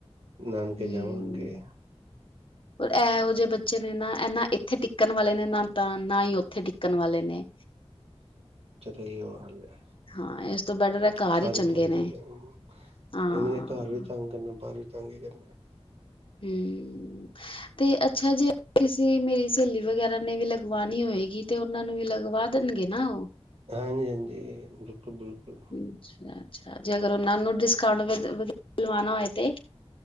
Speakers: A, on the right (about 65°); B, on the left (about 55°).
A: ਨਾਨਕੇ
B: ਹਮ
A: ਜਾਵਾਂਗੇ।
B: ਇਹੋ ਜਿਹੇ ਬੱਚੇ ਨੇ ਨਾ ਇਹ ਨਾ ਇੱਥੇ ਟਿੱਕਣ ਵਾਲੇ ਨੇ ਨਾ ਤਾਂ ਨਾ ਹੀ ਓ ਥੇ ਟਿੱਕਣ ਵਾਲੇ ਨੇ।
A: ਸਹੀ ਵਾਲ ਲੇ।
B: ਹਾਂ ਇਸ ਤੋਂ ਬੈਟਰ ਹੈ
A: <unintelligible>
B: ਘਰ
A: ਸਾਰੇ
B: ਹੀ ਚੰਗੇ
A: ਤੰਗ ਕਰਦੇ
B: ਨੇ
A: ਇਹਨਾਂ
B: ਹਾਂ
A: ਨੇ ਘਰ ਵੀ ਤੰਗ ਕਰਨਾ ਬਾਹਰ ਵੀ ਚੰਗੀ ਕਰਨੀ। <unintelligible>
B: ਹਮ। ਤੇ ਅੱਛਾ ਜੇ ਕਿਸ ਮੇਰੀ ਸਹੇਲੀ ਵਗੈਰਾ ਨੇ ਵੀ ਲਗਵਾਣੀ ਹੋਏਗੀ ਤੇ ਉਹਨਾਂ ਨੂੰ ਵੀ ਲਗਵਾ ਦੇਣਗੇ ਨਾ ਉਹ।
A: ਹਾਂਜੀ ਹਾਂਜੀ। ਬਿਲਕੁਲ-ਬਿਲਕੁਲ
B: ਅੱਛਾ। ਅੱਛਾ <unintelligible> ਜੇ ਅਗਰ ਉਹਨਾਂ ਨੂੰ ਡਿਸਕਾਊਂਟ ਵਾਣਾ ਹੋਏ ਤੇ।